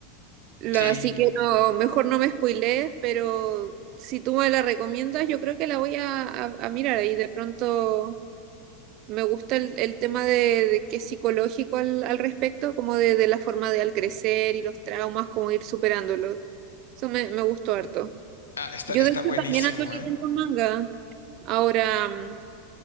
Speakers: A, on the right; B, on the left.
A: La-
B: Sí.
A: así que no, mejor no me spoilees, pero si tú me la recomiendas, yo creo que la voy a, a- a mirar ahí. De pronto me gusta el, el tema de, de que es psicológico al, al respecto, como de, de la forma de al crecer y los traumas, como ir superándolos. Eso me, me gustó harto.
B: Ah, está,
A: Yo
B: está
A: de hecho
B: buenísimo,
A: también ando leyendo
B: ¿eh?
A: un manga ahora. mm,